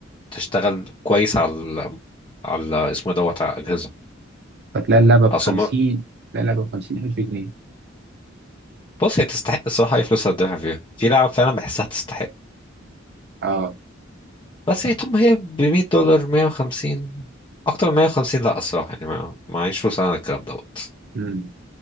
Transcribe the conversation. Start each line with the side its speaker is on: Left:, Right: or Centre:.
Left: تشتغل كويس على ال- على ال- اسمه دوت على الاجهزه
Right: فتلاقي اللعبه ب
Left: اصل
Right: 50
Left: هم-
Right: تلاقي اللعبه ب 50000 جنيه
Left: بص هي تستحق الصراحه اي فلوس هتدفع فيها في لعب فعلا بحسها تستحق
Right: اه
Left: بس يعني طول ما هي ب 100 دولار 150 اكتر من 150 لا الصراحه يعني ما معيش فلوس على الكلام دوت
Right: امم